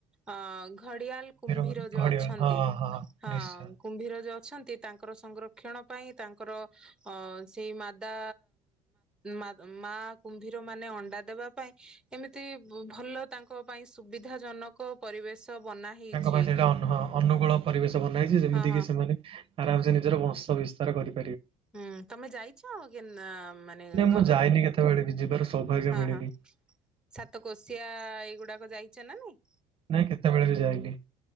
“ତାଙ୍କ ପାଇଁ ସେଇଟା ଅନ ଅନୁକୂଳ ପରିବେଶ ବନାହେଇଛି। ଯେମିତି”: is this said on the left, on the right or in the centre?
Right